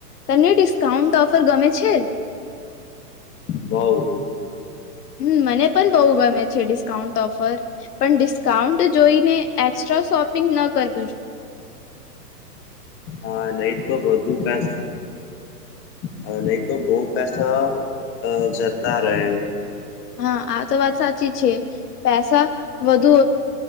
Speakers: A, on the left; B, on the left.
A: તને ડિસ્કાઉન્ટ ઓફર ગમે છે.
B: બઉ.
A: હમ મને પણ બહુ ગમે છે ડિસ્કાઉન્ટ ઓફર. પણ ડિસ્કાઉન્ટ જોઈને એક્સ્ટ્રા શોપિંગ ન કર
B: હા નહી તો બધું કાસ હ નહી તો બઉ પૈસા અ જતા રહે.
A: હા આ તો વાત સાચી છે, પૈસા વધુ